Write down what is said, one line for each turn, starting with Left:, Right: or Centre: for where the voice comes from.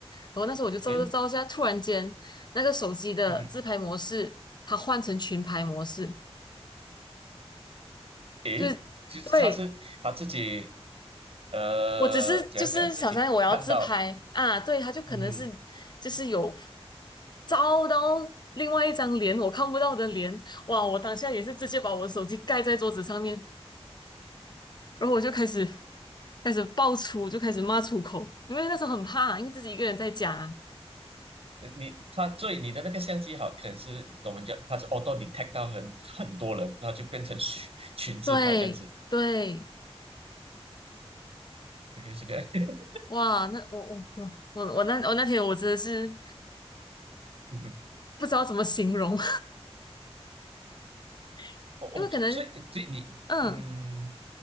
Left: 然后那时候我就照照照一下，
Right: 对，
Left: 突然间那个手机的自拍模式它换成群拍模式。
Right: 嗯哼，诶，
Left: 就是对
Right: 其实他是他自己，呃，
Left: 我只是就是小三我要自拍啊，
Right: 讲讲自己看到，
Left: 对，他就可能是
Right: 嗯哼，
Left: 就是有照到另外一张脸我看不到的脸，哇，我当下也是直接把我的手机盖在桌子上面，然后我就开始开始爆粗，就开始骂出口，因为那时候很怕，因为自己一个人在家，
Right: 呃你他所以你的那个相机好，可能是我们讲他是 auto detect 到很很多人，然后就变成群群自拍这样子，
Left: 对对，
Right: 这个这个，<laughs>
Left: 哇，那我我我我我那我那天我真的是
Right: 嗯哼，
Left: 不知道怎么形容，<laughs>
Right: 我我所以所以你，
Left: 因为可能嗯。
Right: 嗯，